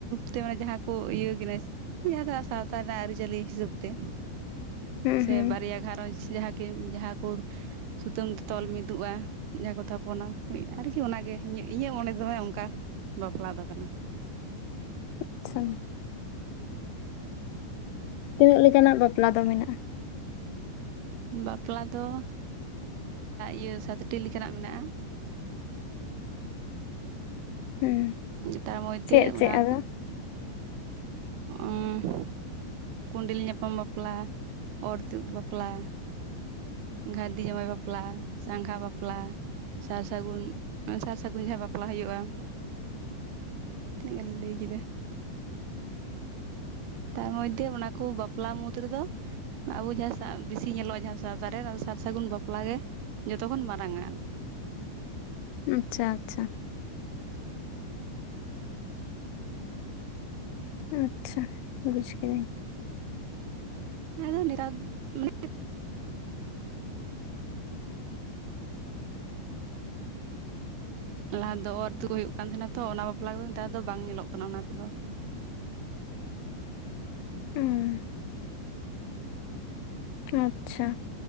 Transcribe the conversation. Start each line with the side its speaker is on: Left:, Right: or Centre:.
Right: ᱛᱮ ᱢᱟᱱᱮ ᱡᱟᱦᱟᱸ ᱠᱚ ᱤᱭᱟᱹ ᱠᱤᱱᱟᱹ ᱡᱟᱦᱟᱸ ᱫᱚ ᱥᱟᱶᱛᱟ ᱨᱮᱱᱟᱜ ᱟᱹᱨᱤᱪᱟᱹᱞᱤ ᱦᱤᱥᱟᱹᱵ ᱛᱮ
Left: ᱦᱩᱸ
Right: ᱥᱮ
Left: ᱦᱩᱸ
Right: ᱵᱟᱨᱭᱟ ᱜᱷᱟᱨᱚᱸᱡᱽ ᱡᱟᱦᱟᱸ ᱠᱤ ᱡᱟᱦᱟᱸ ᱠᱚ ᱥᱩᱛᱟᱹᱢ ᱛᱮ ᱛᱚᱞ ᱢᱤᱫᱚᱜᱼᱟ ᱡᱟᱦᱟᱸ ᱠᱚ ᱛᱷᱟᱯᱚᱱᱟ ᱟᱨᱠᱤ ᱚᱱᱟᱜᱮ ᱤᱧᱟᱹᱜ ᱚᱸᱰᱮ ᱫᱚᱦᱭ ᱚᱱᱠᱟ ᱵᱟᱯᱞᱟ ᱫᱚ ᱠᱟᱱᱟ
Left: ᱟᱪᱪᱷᱟ ᱛᱤᱱᱟᱹᱜ ᱞᱮᱠᱟᱱᱟᱜ ᱵᱟᱯᱞᱟ ᱫᱚ ᱢᱮᱱᱟᱜᱼᱟ
Right: ᱵᱟᱯᱞᱟ ᱫᱚ ᱤᱭᱟᱹ ᱥᱟᱛᱴᱤ ᱞᱮᱠᱟᱱᱟᱜ ᱢᱮᱱᱟᱜᱼᱟ
Left: ᱦᱩᱸ
Right: ᱛᱟᱨ ᱢᱚᱫᱽᱫᱷᱮ
Left: ᱪᱮᱫ
Right: ᱚᱱᱟ
Left: ᱪᱮᱫ ᱟᱫᱚ
Right: ᱠᱚ ᱚ ᱠᱚᱸᱰᱮᱞ ᱧᱟᱯᱟᱢ ᱵᱟᱯᱞᱟ ᱚᱨ ᱛᱩᱫ ᱵᱟᱯᱞᱟ ᱜᱷᱟᱹᱨᱫᱤ ᱡᱟᱶᱟᱭ ᱵᱟᱯᱞᱟ ᱥᱟᱸᱜᱷᱟ ᱵᱟᱯᱞᱟ ᱥᱟᱨ ᱥᱟᱹᱜᱩᱱ ᱥᱟᱨ ᱥᱟᱹᱜᱩᱱ ᱡᱟᱦᱟᱸ ᱵᱟᱯᱞᱟ ᱦᱩᱭᱩᱜᱼᱟ ᱛᱤᱱᱟᱹᱜ ᱜᱟᱱᱤᱧ ᱞᱟᱹᱭ ᱠᱮᱫᱟ ᱛᱟᱨ ᱢᱚᱫᱽᱫᱷᱮ ᱚᱱᱟᱠᱚ ᱵᱟᱯᱞᱟ ᱢᱩᱫ ᱨᱮᱫᱚ ᱟᱵᱚ ᱡᱟᱦᱟᱸ ᱵᱮᱥᱤ ᱧᱮᱞᱚᱜᱼᱟ ᱡᱟᱦᱟᱸ ᱥᱟᱶᱛᱟᱨᱮ ᱥᱟᱨ ᱥᱟᱹᱜᱩᱱ ᱵᱟᱯᱞᱟ ᱜᱮ ᱡᱚᱛᱚ ᱠᱷᱚᱱᱚᱱ ᱢᱟᱨᱟᱝᱟ ᱟᱨᱠᱤ
Left: ᱟᱪᱪᱷᱟ ᱟᱪᱪᱷᱟ ᱟᱪᱪᱷᱟ ᱵᱩᱡᱽ ᱠᱤᱫᱟᱹᱧ
Right: ᱟᱫᱚ ᱱᱮᱛᱟᱨ ᱫᱚ ᱞᱟᱦᱟ ᱫᱚ ᱚᱨ ᱛᱮ ᱦᱩᱭᱩᱜ ᱠᱟᱱ ᱛᱟᱦᱮᱱᱟ ᱛᱚ ᱚᱱᱟ ᱵᱟᱯᱞᱟ ᱠᱚᱫᱚ ᱱᱮᱛᱟᱨ ᱫᱚ ᱵᱟᱝ ᱧᱮᱞᱚᱜ ᱠᱟᱱᱟ ᱚᱱᱟ ᱠᱚᱫᱚ
Left: <inaudible> ᱦᱮᱸ ᱟᱪᱪᱷᱟ